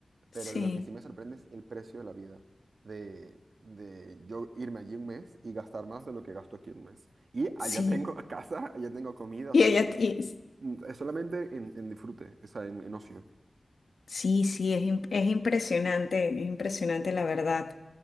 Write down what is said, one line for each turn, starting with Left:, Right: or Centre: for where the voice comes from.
Right: Pero
Left: Sí,
Right: lo que sí me sorprende es el precio de la vida, de, de yo irme allí un mes y gastar más de lo que gasto aquí un mes. Y allá
Left: sí.
Right: tengo <laughs> casa, allá tengo comida, o
Left: Y
Right: sea,
Left: ella,
Right: no tengo-
Left: y-
Right: es solamente en, en disfrute, o sea, en, en ocio.
Left: sí, sí, es, im- es impresionante, es impresionante la verdad,